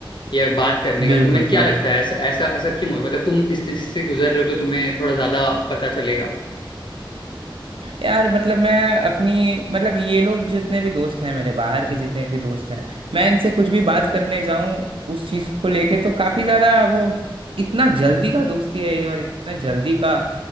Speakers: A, on the left; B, on the right.
A: या बात करने
B: बिल्कुल
A: का तुम्हें क्या
B: हाँ
A: लगता है ऐसा ऐसा ऐसा क्यों है मतलब तुम इस स्थिति से गुजर रहे हो तो तुम्हें थोड़ा ज्यादा पता चलेगा
B: यार मतलब मैं अपनी मतलब ये लोग जितने भी दोस्त हैं मेरे बाहर के जितने भी दोस्त हैं मैं इनसे कुछ भी बात करने जाऊं उस चीज़ को लेके तो काफ़ी ज़्यादा वो इतना जल्दी का दोस्ती है ये और इतना जल्दी का